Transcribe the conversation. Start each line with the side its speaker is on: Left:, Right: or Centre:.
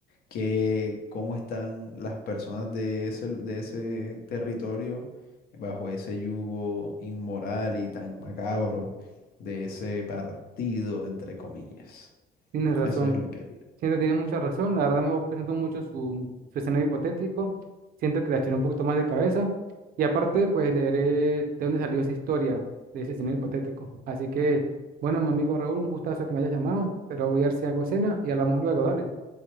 Left: que cómo están las personas de ese, de ese territorio bajo ese yugo inmoral y tan macabro de ese partido, entre comillas.
Right: Tienes razón.
Left: Eso es lo que haría.
Right: Siento que tienes mucha razón. La verdad me voy mucho su, su escenario hipotético. Siento que le echaré un poquito más de cabeza. Y aparte, pues leeré de dónde salió esa historia de ese escenario hipotético. Así que, bueno, mi amigo Raúl, un gustazo que me hayas llamado. Pero voy a ver si hago cena y hablamos luego. Dale.